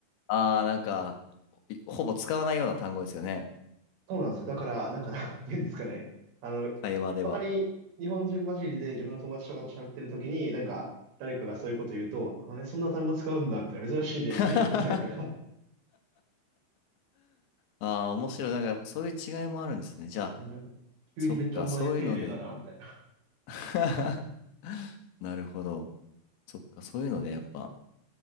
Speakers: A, on the left; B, on the right.
A: ああ、なんか、ほほぼ使わないような単語ですよね。
B: そうなんですよ。だから、なんかなんていうんですかね。あの、
A: 会話では。
B: たまに日本人混じりで自分の友達とかと喋ってる時に、なんか誰かがそういうこと言うと、あそんな単語使うんだ、みたいな、珍しいね、
A: <laughs>
B: みたいな言ってたりとか、
A: ああ、面白い。なんか、そういう違いもあるんですね。じゃあ、
B: なんか急にめっちゃお前丁寧だな、
A: そっか、そういうので。
B: みたいな。
A: <laughs> なるほど。そっか、そういうのでやっぱ